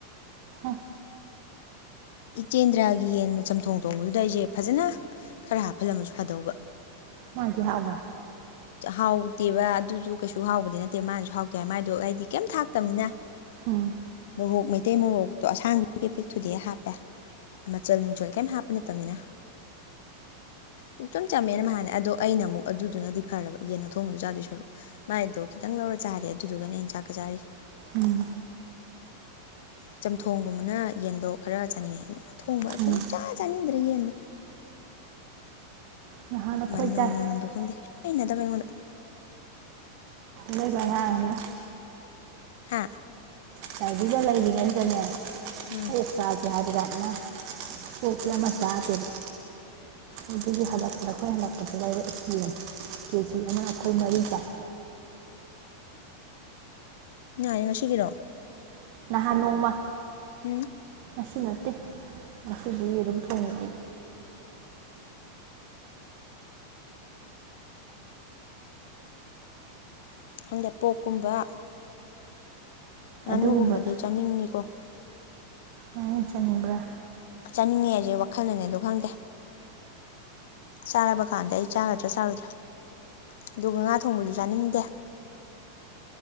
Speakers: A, on the right (about 45°); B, on the left (about 55°).
A: ꯍ
B: ꯏꯆꯦꯟꯗ꯭ꯔꯥꯒꯤ ꯌꯦꯟ ꯆꯝꯊꯣꯡ ꯊꯣꯡꯕꯗꯨꯗ ꯑꯩꯁꯦ ꯐꯖꯅ ꯈꯔ ꯍꯥꯞꯐꯜꯂꯝꯃꯁꯨ ꯐꯗꯧꯕ
A: ꯃꯥꯒꯤ ꯍꯥꯕ꯭ꯔ
B: ꯍꯥꯎꯗꯦꯕ ꯑꯗꯨꯁꯨ ꯀꯩꯁꯨ ꯍꯥꯎꯕꯗꯤ ꯅꯠꯇꯦ ꯅꯠꯇꯦ ꯃꯥꯅꯁꯨ ꯍꯥꯎꯇꯦ ꯍꯥꯏ ꯃꯥꯏꯗꯣ ꯑꯩꯗꯤ ꯀꯩꯝ ꯊꯥꯛꯇꯕꯅꯤꯅ
A: ꯎꯝ
B: ꯃꯣꯔꯣꯛ ꯃꯩꯇꯩ ꯃꯣꯔꯣꯛꯇꯣ ꯑꯁꯥꯡꯗꯤ ꯄꯦꯄ ꯊꯨꯗꯤ ꯍꯥꯞꯄꯦ ꯃꯆꯜ ꯅꯨꯡꯆꯜ ꯀꯩꯝ ꯍꯥꯞꯄ ꯅꯠꯇꯕꯅꯤꯅ ꯑꯗꯆꯝ ꯆꯝꯃꯦꯅ ꯃꯥꯥꯟꯅꯦ ꯑꯗꯣ ꯑꯩꯅ ꯑꯃꯨꯛ ꯑꯗꯨꯗꯨꯅꯗꯤ ꯐꯔꯕ ꯌꯦꯟ ꯑꯊꯣꯡꯕꯗꯨ ꯆꯥꯗꯣꯏ ꯁꯔꯨꯛ ꯃꯥꯏꯗꯣ ꯈꯤꯇꯪ ꯂꯧꯔ ꯆꯥꯔꯦ ꯑꯗꯨꯗꯨꯒꯅ ꯑꯩꯅ ꯆꯥꯛꯀ ꯆꯥꯔꯤꯁꯦ
A: ꯎꯝ
B: ꯆꯝꯊꯣꯡꯒꯨꯝꯕꯅ ꯌꯦꯟꯗꯣ ꯈꯔ ꯆꯥꯅꯤꯡꯉꯦ ꯑꯊꯣꯡꯕ
A: ꯎꯝ
B: ꯁꯨꯡꯆꯥꯥ ꯆꯥꯅꯤꯡꯗ꯭ꯔꯦ ꯌꯦꯟꯗꯣ
A: ꯅꯍꯥꯟ ꯑꯩꯈꯣꯏ
B: ꯃꯅꯝꯗ
A: ꯆꯥꯏ
B: ꯍꯣꯟꯗꯤ ꯩꯅ ꯇꯕꯩꯉꯣꯣꯟ
A: ꯂꯩꯕꯥꯅ
B: ꯍꯥ
A: ꯆꯥꯏꯗꯤꯗ ꯂꯩ ꯀꯅꯤ ꯆꯅꯦ ꯑꯣꯁꯦ
B: ꯎꯝ
A: ꯍꯥꯏ꯭ꯔ ꯑꯗꯨꯅ ꯄꯣꯤ ꯑꯃ ꯆꯥꯗꯦꯕ ꯑꯗꯨꯒꯤ ꯍꯟꯗꯛꯄꯗ ꯑꯩꯈꯣꯏ ꯍꯟꯗꯛꯄꯗ ꯂꯩꯔꯦ ꯏꯦꯝ ꯀꯦꯖꯤ ꯑꯃ ꯑꯩꯈꯣꯏ ꯃꯔꯤ ꯆꯥꯏ
B: ꯌꯥꯏꯌꯦ ꯉꯁꯤꯒꯤꯔꯣ
A: ꯅꯍꯥꯟ ꯅꯣꯡꯃ
B: ꯎꯝ
A: ꯑꯁꯤ ꯅꯠꯇꯦ ꯉꯁꯤꯗꯤ ꯑꯗꯨꯝ ꯊꯣꯡꯉ ꯑꯩ
B: ꯍꯟꯗꯦꯄꯣꯛꯀꯨꯝꯕ ꯉꯥꯅꯨꯒꯨꯝꯕꯗꯤ
A: ꯑꯗꯨꯒꯨꯝꯕ
B: ꯆꯥꯅꯤꯡꯉꯤꯀꯣ
A: ꯑ ꯆꯅꯤꯡꯕ꯭ꯔꯥ
B: ꯆꯥꯅꯤꯡꯉꯦ ꯍꯥꯏꯁꯦ ꯋꯥꯈꯜꯅꯅꯦ ꯑꯣ ꯈꯪꯗꯦ ꯆꯥꯔꯕ ꯀꯥꯟꯗ ꯑꯩ ꯆꯥꯒꯗ꯭ꯔꯥ ꯆꯥꯔꯗ꯭ꯔꯥ ꯑꯗꯨꯒ ꯉꯥ ꯊꯣꯡꯕꯁꯨ ꯆꯥꯅꯤꯡꯗꯦ